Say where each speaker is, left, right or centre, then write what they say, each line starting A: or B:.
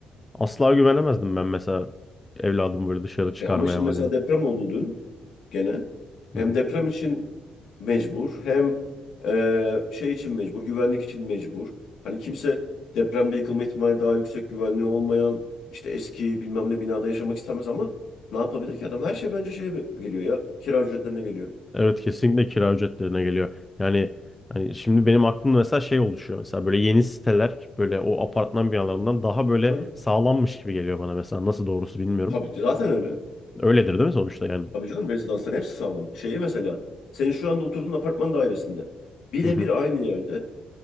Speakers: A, on the left; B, on the left.
A: asla güvenemezdim ben mesela evladımı böyle dışarı çıkarmaya
B: E ama şimdi
A: mahalleden.
B: mesela deprem oldu dün gene. Hem
A: Hı hı.
B: deprem için mecbur hem e, şey için mecbur, güvenlik için mecbur. Hani kimse depremde yıkılma ihtimali daha yüksek, güvenliği olmayan işte eski bilmem ne binada yaşamak istemez ama ne yapabilir ki adam? Her şey bence şeye geliyor ya, kira ücretlerine geliyor.
A: Evet kesinlikle kira ücretlerine geliyor. Yani hani şimdi benim aklımda mesela şey oluşuyor. Mesela böyle yeni siteler böyle o apartman binalarından daha böyle
B: Hı.
A: sağlammış gibi geliyor bana mesela. Nasıl doğrusu bilmiyorum.
B: Tabii ki, zaten öyle.
A: Öyledir değil mi sonuçta yani?
B: Tabii canım rezidansların hepsi sağlam. Şeyi mesela senin şu anda oturduğun apartman dairesinde birebir
A: Hı hı.
B: aynı yerde